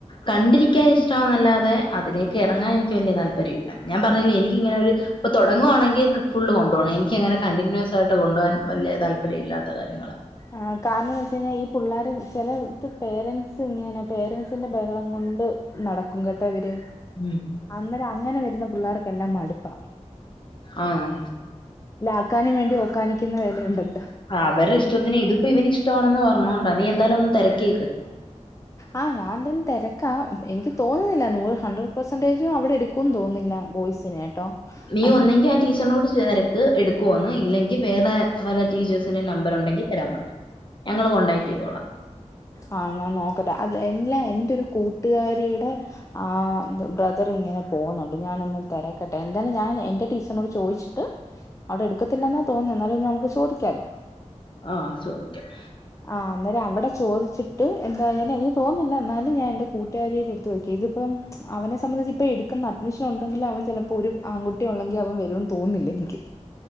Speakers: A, on the left; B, on the left.
A: കണ്ടിരിക്കാൻ ഇഷ്ടമാന്നല്ലാതെ അതിലേക്കെറങ്ങാൻ എനിക്ക് വല്ല്യ താല്പര്യവില്ല ഞാൻ പറഞ്ഞില്ലേ എനിക്കിങ്ങനൊരു ഇപ്പ തൊടങ്ങുവാണെങ്കി കി ഫുള്ള് കൊണ്ടോണം എനിക്കങ്ങനെ കണ്ടിന്യൂസ് ആയിട്ട് കൊണ്ടുപോവാൻ വല്ല്യ താല്പര്യില്ലാത്ത കാര്യങ്ങളാ
B: ആഹ് കാരണം എന്ന് വെച്ച് കഴിഞ്ഞാ ഈ പുള്ളാര് ചെലയിത്ത് പേരെന്റ്സ് ഇങ്ങനെ പേരൻസിന്റെ ബഹളം കൊണ്ട് നടക്കും കേട്ടൊ ഇവര്
A: ഉം
B: അന്നരം അങ്ങനെ വരുന്ന പിള്ളേർക്കെല്ലാം മടുപ്പാ
A: ആഹ്
B: ലാർക്കാനും വേണ്ടി ഓക്കാനിക്കുന്ന വേലയുണ്ടല്ലോ
A: ആഹ് അവരുടെ ഇഷ്ടത്തിന് ഇതിപ്പോ ഇവന് ഇഷ്ടമാണെന്ന് പറഞ്ഞോണ്ട നീയെന്താലും ഒന്ന് തിരക്കിയേക്ക്
B: ആഹ് ഞാൻ എന്തായാലും തെരക്കാ എനിക്ക് തോന്നുന്നില്ല നൂറ് ഹൺഡ്രഡ് പെർസന്റേജും അവിടെ എടു ക്കൂന്ന് തോന്നുന്നില്ല ബോയ്സിനെ
A: നീ
B: അല്ല
A: ഒന്നെങ്കി ആ ടീച്ചറിനോട് തെരക്ക് എടുക്കുവോന്ന് ഇല്ലെങ്കി വേറെ വല്ല ടീച്ചേഴ്സിന്റെ നമ്പർ ഒണ്ടെങ്കി തരാൻ പറ ഞങ്ങള്
B: നമ്മള് വേണ്ടേ
A: കോണ്ടാക്ട് ചെയ്തോളാം
B: ആഹ് ഞാൻ നോക്കട്ടെ അത് എല്ലാ എന്റൊരു കൂട്ടുകാരീടെ ആഹ് ബ്ര ദറിങ്ങന പോകുന്നുണ്ട് ഞാനൊന്ന് തെരക്കട്ടെ എന്താലും ഞാൻ എന്റെ ടീച്ചറിനോട് ചോദിച്ചിട്ട് അവിടെടുക്കത്തില്ലെന്നാ തോന്നുന്നെ എന്നാലും ഒന്ന് നമുക്ക് നമുക്ക് ചോദിക്കാല്ലോ
A: ആഹ് ചോദിക്കാം
B: ആഹ് അന്നെരം അവിടെ ചോദിച്ചിട്ട് എന്തായാലും എനിക്ക് തോന്നുന്നില്ല എന്നാലും ഞാൻ എന്റെ കൂട്ടുകാരീടെ എടുത്ത് ചോയ്ക്കാം ഇതിപ്പം അവനെ സംബന്ധിച്ച് ഇപ്പ എടുക്കുന്ന അഡ്മിഷൻ ഒണ്ടെങ്കില് അവൻ ചെല പ്പൊരു ആൺകുട്ടിയെ ഒള്ളെങ്കി അവൻ വരുമെന്ന് തോന്നുന്നില്ല എനിക്ക്